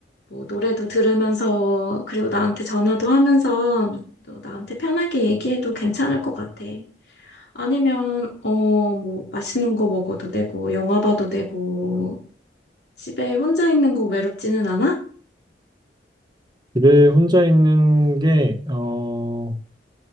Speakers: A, on the left (about 65°); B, on the right (about 25°).
A: 뭐, 노래도 들으면서, 그리고 나한테 전화도 하면서, 너 나한테 편하게 얘기해도 괜찮을 것 같아. 아니면, 어, 뭐, 맛있는 거 먹어도 되고, 영화 봐도 되고, 집에 혼자 있는 거 외롭지는 않아?
B: 집에 혼자 있는 게 어,